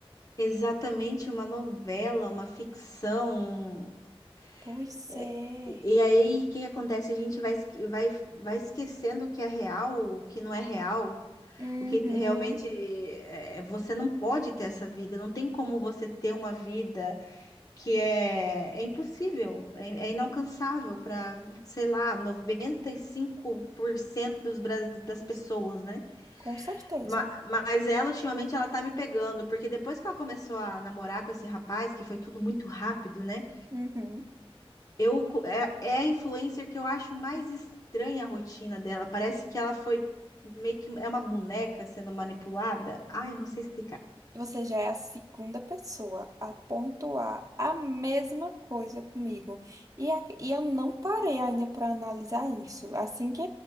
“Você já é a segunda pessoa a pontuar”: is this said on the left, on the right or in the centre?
Right